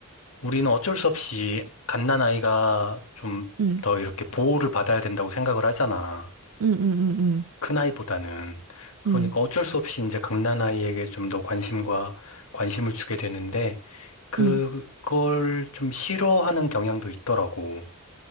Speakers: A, on the left; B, on the right.
A: 우리는 어쩔 수 없이 갓난아이가 좀
B: 응,
A: 더 이렇게 보호를 받아야 된다고 생각을 하잖아.
B: 응, 응, 응,
A: 큰아이보다는. 그러니까
B: 응,
A: 어쩔 수 없이 이제 갓난아이에게 좀 더 관심과 관심을 주게 되는데 그,
B: 응.
A: 그걸 좀 싫어하는 경향도 있더라고.